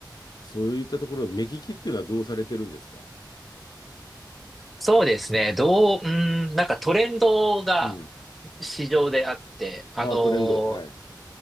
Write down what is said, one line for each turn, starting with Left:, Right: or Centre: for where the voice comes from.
Left: そういったところ目利きっていうのはどうされてるんですか
Centre: そうですね。どう、うーん、なんかトレンドが
Left: うん。
Centre: 市場であって、あの
Left: ああ、トレンド。はい。